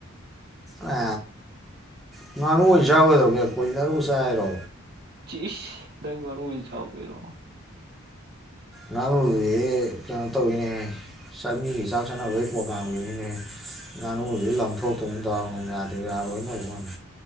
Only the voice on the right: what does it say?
ꯏꯁ ꯅꯪ ꯃꯔꯣꯏ ꯆꯥꯎ ꯀꯔꯤꯅꯣ